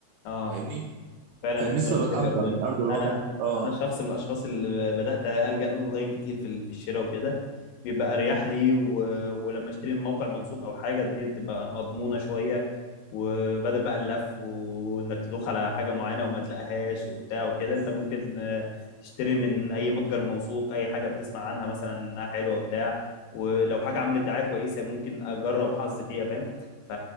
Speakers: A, on the left (about 70°); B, on the right (about 80°).
A: اه
B: فاهمني
A: فعلا
B: فالنسبه
A: الناس بقت بتلجأ
B: بتكبر
A: الاونلاين
B: من ارض الواقع
A: انا
B: اه
A: انا شخص من الاشخاص اللي بدات الجا الاونلاين كتير في ال- في الشراء وكده بيبقى اريح لي و... ولما اشتري من موقع موثوق او حاجه الدنيا بتبقى مضمونه شويه وبدل بقى اللف وانك تدوخ على حاجه معينه وما تلاقيهاش وبتاع وكده انت ممكن آه، تشتري من اي متجر موثوق اي حاجه بتسمع عنها مثلا انها حلوه وبتاع ولو حاجه عملت دعايه كويسه ممكن اجرب حظي فيها فاهم ف...